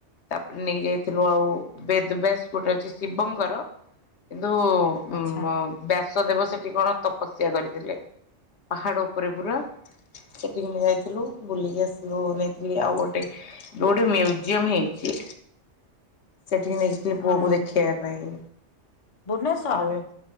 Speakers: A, on the left (about 70°); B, on the left (about 35°).
A: ତାପରେ ନେଇଯାଇ ଥିଲୁ ଆଉ ବେଦ ବ୍ୟାସ ଗୋଟେ ଅଛି ଶିବଙ୍କର କିନ୍ତୁ, ଉଁ
B: ଆଚ୍ଛା
A: ବ୍ୟାସ ଦେେବ ସେଠି କଣ ତପସ୍ୟା କରିଥିଲେ ପାହାଡ ଉପରେ ପୁରା। ସେଠିକି ଆମେଯାଇଥିଲୁ ବୁଲିକି ଆସିଥିଲୁ ନେଇଥିଲି ଆଉ ଗୋଟେ, ଯଉଠି ମ୍ୟୁଜିୟମ ହେଇଛି। ସେଠିକି ନେଇଥିଲି ପୁଅ
B: ହଁ
A: କୁ ଦେଖେଇବା ପାଇଁ
B: ଭୁବନେଶ୍ଵର
A: ଆଉ।